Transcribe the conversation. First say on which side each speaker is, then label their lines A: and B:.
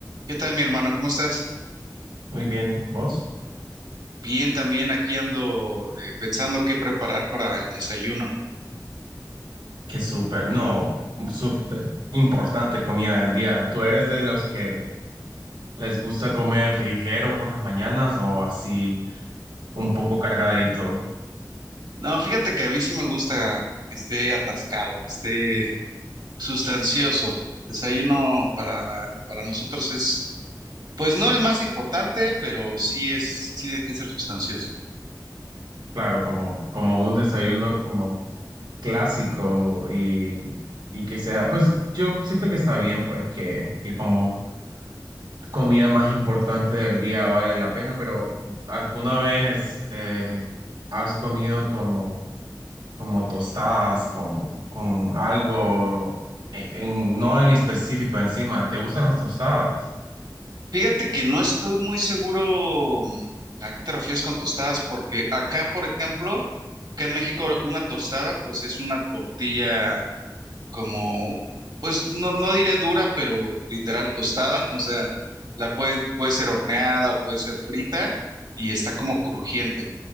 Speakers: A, on the right; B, on the right.
A: ¿Qué tal, mi hermano? ¿Cómo estás?
B: Muy bien, ¿vos?
A: Bien, también aquí ando eh, pensando qué preparar para el desayuno.
B: Qué súper, no, súper importante comida del día. ¿Tú eres de los que les gusta comer ligero por las mañanas o así un poco cargadito?
A: No, fíjate que a mí sí me gusta que esté atascado, que esté sustancioso. Desayuno para, para nosotros es, pues no el más importante, pero sí es, sí tiene que ser sustancioso.
B: Claro, como, como un desayuno como clásico y, y que sea, pues yo siento que está bien, pues que, que como comida más importante del día vale la pena, pero ¿alguna vez eh, has comido como... como tostadas con, con algo e- en- no en específico encima. ¿Te gustan las tostadas?
A: Fíjate que no estoy muy seguro mm, a qué te refieres con tostadas, porque acá, por ejemplo, acá en México, una tostada, pues es una tortilla como, pues no, no diré dura, pero literal tostada, <laughs> o sea, la puede, puede ser horneada o puede ser frita y está como crujiente.